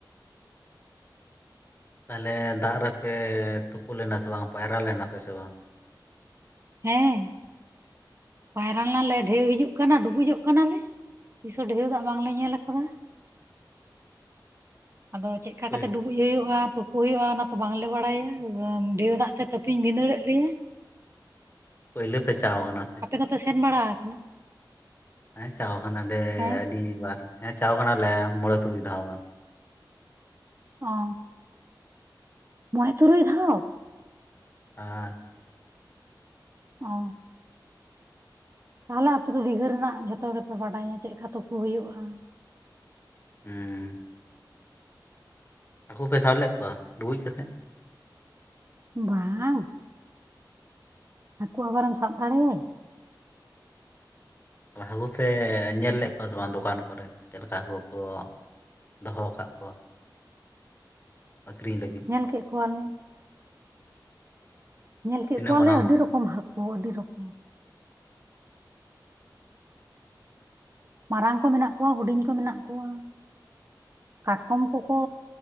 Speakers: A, on the left; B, on the right.
A: ᱛᱟᱦᱟᱠᱮ ᱫᱟᱜ ᱨᱮᱯᱮ ᱛᱩᱯᱩ ᱞᱮᱱᱟ ᱥᱮ ᱵᱟᱝ ᱯᱟᱭᱨᱟ ᱞᱮᱱᱟ ᱯᱮ ᱥᱮ ᱵᱟᱝ?
B: ᱦᱮᱸ ᱾ ᱯᱟᱭᱨᱟ ᱞᱮᱱᱟᱞᱮ ᱰᱷᱮᱣ ᱦᱤᱡᱩᱜ ᱠᱟᱱᱟ ᱰᱩᱵᱩᱡᱚᱜ ᱠᱟᱱᱟᱞᱮ ᱛᱤᱥᱚ ᱰᱷᱮᱶ ᱫᱟᱜ ᱵᱟᱝᱞᱮ ᱧᱮᱞ ᱟᱠᱟᱫᱟ ᱟᱫᱚ ᱪᱮᱜᱠᱟ
A: ᱯᱳᱭ
B: ᱠᱟᱛᱮ ᱰᱩ ᱵᱩᱡ ᱦᱩᱭᱳᱜᱼᱟ ᱛᱳᱯᱳ ᱦᱳᱭᱳᱜᱼᱟ ᱚᱱᱟ ᱛᱚ ᱵᱟᱝᱞᱮ ᱵᱟᱲᱟᱭᱟ, ᱵᱟᱢ ᱰᱷᱮᱣ ᱫᱟᱜ ᱛᱮ ᱛᱟᱹᱯᱤᱧ ᱵᱷᱤᱸᱫᱟᱹᱲᱮᱫ ᱞᱮᱭᱟᱭ᱾
A: ᱯᱟᱹᱭᱞᱟᱹ ᱯᱮ ᱪᱟᱣ ᱠᱟᱱᱟ ᱥᱮ
B: ᱟᱯᱮ
A: ᱪᱮᱫ?
B: ᱫᱚᱯᱮ ᱥᱮᱱ ᱵᱟᱲᱟ ᱟᱠᱟᱱᱟ
A: ᱦᱮᱸ ᱪᱟᱣ ᱠᱟᱱᱟᱞᱮ
B: ᱦᱮᱸ
A: ᱟᱹᱰᱤ ᱵᱟᱨ ᱾ ᱦᱮᱸ ᱪᱟᱣ ᱠᱟᱱᱟᱞᱮ ᱢᱚᱸᱬᱮ ᱛᱩᱨᱩᱭ ᱫᱷᱟᱣ ᱾
B: ᱚᱻ ᱢᱚᱸᱬᱮ ᱛᱩᱨᱩᱭ ᱫᱷᱟᱣ!
A: ᱦᱮᱸ ᱾
B: ᱚᱸ ᱾ ᱛᱟᱦᱟᱞᱮ ᱟᱯᱮ ᱫᱚ ᱫᱤᱜᱷᱟᱹ ᱨᱮᱱᱟᱜ ᱡᱷᱚᱛᱚ ᱜᱮᱯᱮ ᱵᱟᱰᱟᱭᱟ ᱪᱮᱫᱠᱟ ᱛᱩᱯᱩ ᱦᱩᱭᱩᱜᱼᱟ
A: ᱦᱩᱸᱻ ᱾ ᱦᱟᱠᱳ ᱯᱮ ᱥᱟᱵ ᱞᱮᱫ ᱠᱚᱣᱟ ᱰᱩᱵᱩᱡ ᱠᱟᱛᱮᱫ?
B: ᱵᱟᱸᱝ ᱾ ᱦᱟᱠᱳ ᱟᱵᱟᱨᱮᱢ ᱥᱟᱵ ᱫᱟᱲᱮᱟᱭᱟ!
A: ᱛᱚ ᱦᱟᱠᱩ ᱯᱮ ᱧᱮᱞ ᱞᱮᱫ ᱠᱚᱣᱟ ᱥᱮ ᱵᱟᱝ ᱫᱚᱠᱟᱱ ᱠᱚᱨᱮ ᱪᱮᱞᱠᱟ ᱦᱟᱹᱠᱩ ᱠᱚ ᱫᱚᱦᱚᱸ ᱟᱠᱟᱜ ᱠᱚᱣᱟ ᱟᱹᱠᱨᱤᱧ ᱞᱟᱹᱜᱤᱫ ᱾
B: ᱧᱮᱞ ᱠᱮᱜ ᱠᱚᱣᱟᱞᱮ ᱧᱮᱞ ᱠᱮᱜ
A: ᱛᱤᱱᱟᱹᱜ
B: ᱠᱚᱣᱟᱞᱮ
A: ᱢᱟᱨᱟᱝ
B: ᱟᱹᱰᱤ
A: ᱢᱟᱨᱟᱝ
B: ᱨᱚᱠᱚᱢ ᱦᱟᱹᱠᱩ ᱟᱹᱰᱤ ᱨᱚᱠ᱾ ᱢᱟᱨᱟᱝ ᱠᱚ ᱢᱮᱱᱟᱜ ᱠᱚᱣᱟ ᱦᱩᱰᱤᱧ ᱠᱚ ᱢᱮᱱᱟᱜ ᱠᱚᱣᱟ᱾ ᱠᱟᱴᱠᱚᱢ ᱠᱟᱠᱚ